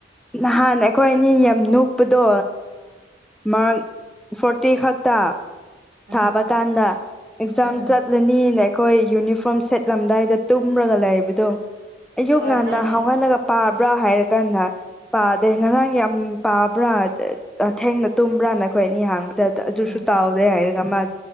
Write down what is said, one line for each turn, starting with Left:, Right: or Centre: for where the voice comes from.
Centre: ꯅꯍꯥꯟ ꯑꯩꯈꯣꯏ ꯑꯅꯤ ꯌꯥꯝ ꯅꯣꯛꯄꯗꯣ ꯃꯔꯛ ꯐꯣꯔꯇꯤ ꯈꯛꯇ
Right: ꯎꯝ
Centre: ꯊꯥꯕ ꯀꯥꯟꯗ ꯑꯦꯛꯖꯥꯝ
Right: ꯎꯝ
Centre: ꯆꯠ ꯆꯠꯂꯅꯤꯅ ꯑꯩꯈꯣꯏ ꯌꯨꯅꯤꯐꯣꯔꯝ ꯁꯦꯠꯂꯝꯗꯥꯏꯗ ꯇꯨꯝꯃꯒ ꯂꯩꯕꯗꯣ ꯑꯌꯨꯛ
Right: ꯍꯣꯏ
Centre: ꯉꯟꯅ
Right: ꯈꯪꯉꯦ
Centre: ꯍꯥꯎꯍꯜꯂꯒ ꯄꯥꯕ꯭ꯔꯥ ꯍꯥꯏꯔꯀꯥꯟꯗ ꯄꯥꯗꯦ
Right: ꯑ
Centre: ꯉꯔꯥꯡ ꯌꯥꯝ ꯄꯥꯕ꯭ꯔꯥ ꯊꯦꯡꯅ ꯇꯨꯝꯕ꯭ꯔꯥꯅꯈꯣꯏ ꯑꯅꯤ ꯍꯥꯡꯕꯗ ꯑꯗꯨꯁꯨ
Right: ꯎꯝ
Centre: ꯇꯥꯎꯗꯦ ꯍꯥꯏꯔ